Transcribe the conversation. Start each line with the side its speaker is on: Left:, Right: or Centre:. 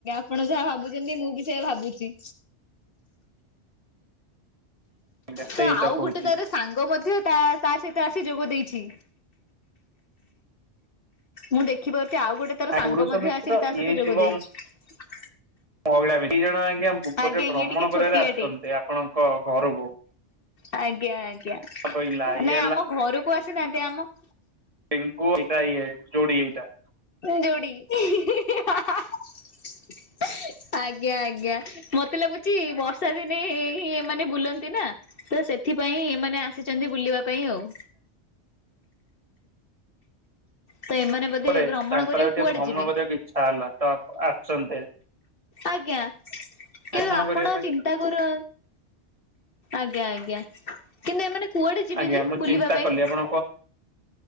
Left: ଆପଣ ଯାହା ଭାବୁଛନ୍ତି ମୁଁ ବି ସେ ଭାବୁଛି।
Right: ଆଜ୍ଞା ସେଇତ
Left: ତ ଆଉ
Right: କହୁଛି।
Left: ଗୋଟେ ତାର ସାଙ୍ଗ ମଧ୍ୟ ତା ତା ସହିତ ଆସି ଯୋଗ ଦେଇଛି ମୁଁ ଦେଖିିବାରୁ। ଆଉ ଗୋଟେ ତାର ସାଙ୍ଗ
Right: ପୁରୁଷ
Left: ମଧ୍ୟ
Right: ମିତ୍ର
Left: ଆସିକି ତା ସହିତ
Right: ଇଏ
Left: ଯୋଗ
Right: ଥିବ
Left: ଦେଇଛି।
Right: ମହିଳା ଭି ଦି'ଜଣ ଆଜ୍ଞାରେ
Left: ଆଜ୍ଞା
Right: ଭ୍ରମଣ
Left: ଇଏ ଟିକେ
Right: କରିବାରେ
Left: ଛୋଟିଆଟେ।
Right: ଆସିଛନ୍ତି ଆପଣଙ୍କ ଘରକୁ।
Left: ଆଜ୍ଞା ଆଜ୍ଞା
Right: ବୋଇଲା ଇଏ
Left: ନାଇଁ ଆମ ଘରକୁ ଆସିନାହାନ୍ତି ଆମ
Right: ପିଙ୍କୁ ଏଇଟା ଇଏ ଯୋଡି ଏଇଟା।
Left: ଯୋଡ଼ି ହିଁ ହିଁ ହାଁ ହାଁ । ଆଜ୍ଞା ଆଜ୍ଞା ମତେ ଲାଗୁଛି କିଛି ବର୍ଷା ଦିନେ ହିଁ ଏମାନେ ବୁଲନ୍ତି ନା ତ ସେଥିପାଇଁ ଏମାନେ ଆସିଛନ୍ତି ବୁଲିବା। ପାଇଁ ଆଉ। ତ ଏମାନେ ବୋଧେ
Right: ତାପରେ
Left: ଭ୍ରମଣ
Right: ତାଙ୍କର
Left: କରିବାକୁ
Right: ଟିକେ
Left: କୁଆଡେ
Right: ଭ୍ରମଣ
Left: ଯିବେ
Right: କରିବାକୁ ଇଚ୍ଛା ହେଲା ତ ଆସିଛନ୍ତି।
Left: ଆଜ୍ଞା କିନ୍ତୁ
Right: ଭ୍ରମଣ
Left: ଆପଣ
Right: କରିବା ପାଇଁ।
Left: ଚିନ୍ତା କର ଆଜ୍ଞା ଆଜ୍ଞା କିନ୍ତୁ ଏମାନେ କୁଆଡେ ଯିବେ
Right: ଆଜ୍ଞା
Left: ଯେ
Right: ମୁଁ
Left: ବୁଲିବା
Right: ଚିନ୍ତା
Left: ପାଇଁ।
Right: କଲି ଆପଣ